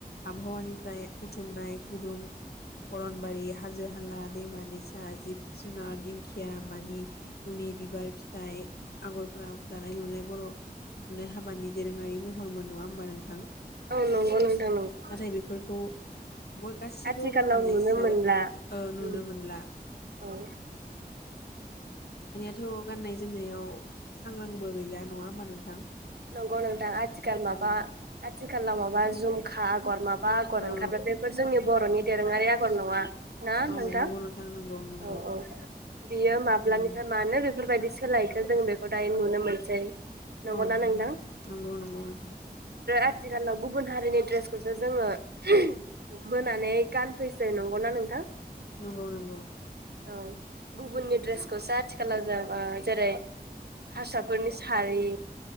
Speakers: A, on the left; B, on the right.
A: आबहावानिफ्राय बुथुमनाय गुदुं अरनबारि हाजो जोहाला दैमा दैसा जिब जुनार दिंखिया मानि उनि बिबार फिथाइ आगरफोरा दानाय लुनाय बर नो हाबानि दोरोङारि महरमोन नङा होमबा नोंथां?
B: औ नंगौ नोंथां नंगौ
A: नाथाय बेफोरखौ गासैखौबो
B: आथिखालाव
A: बावनानैसो
B: नुनो मोनला
A: ओ नुनो
B: ओम
A: मोनला
B: औ।
A: थ गाननाय जोमनायाव सांग्रांबो गैला नङा होमबा नोंथां?
B: नंगौ नोंथां आ थि
A: उम
B: <unintelligible> थिखालाव माबा जुमखा आगर माब बा आगर
A: औ
B: ओंखारो बेफोर जोंनि बर'नि दोरोङारि आगर नङा । ना
A: औ
B: नोंथां
A: नंगौ नंगौ नंगौ
B: औ औ बियो माब्लानिफ्राय
A: उम
B: मानो बेफोरबायदि । सोलाय जों बेखौ दायो नुनो मोनसै नंगौना
A: औ
B: नों?
A: नंगौ नंगौ नों
B: आथिखालाव गुबुन हारिनि ड्रेसखौसो जोङो <unintelligible> बोनानै गानफैसै नंगौना नोंथां?
A: नंगौ नंगौ ।
B: औ गुबुननि ड्रेसखौसो आथिखालाव जों जेरै हारसाफोरनि सारि